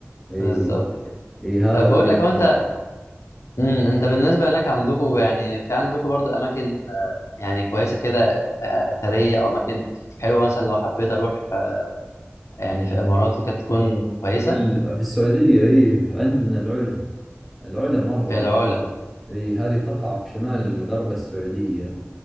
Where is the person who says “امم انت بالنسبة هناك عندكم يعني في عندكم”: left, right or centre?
Left